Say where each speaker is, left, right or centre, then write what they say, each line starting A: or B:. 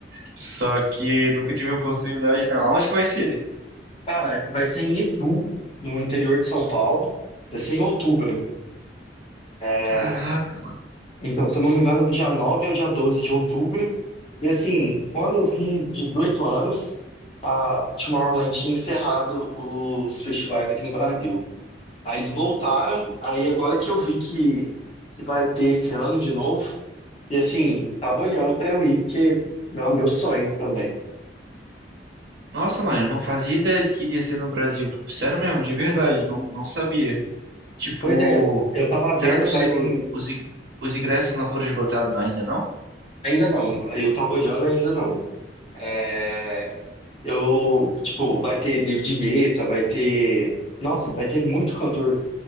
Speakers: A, on the right; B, on the left.
A: Só que nunca tive oportunidade, não. Aonde que vai ser?
B: Cara, vai ser em Itu, no interior de São Paulo. Vai ser em outubro. É,
A: Caraca.
B: Então, se eu não me engano, é do dia 9 ao dia 12 de outubro. E assim, quando eu fiz 18 anos, a Tomorrowland tinha encerrado os festivais aqui no Brasil. Aí eles voltaram, aí agora que eu vi que, que vai ter esse ano de novo, e assim, tava olhando pra eu ir, porque meu, meu sonho também.
A: Nossa, mano, eu não fazia ideia de que iria ser no Brasil. Sério mesmo, de verdade. Não, não sabia. Tipo.
B: Pois é, eu tava
A: Será
B: vendo,
A: que os,
B: vai
A: o-
B: vir.
A: os, in- os ingressos não foram esgotados ainda, não?
B: Ainda não, eu tava olhando, ainda não. É, eu, tipo, vai ter David Guetta, vai ter. Nossa, vai ter muito cantor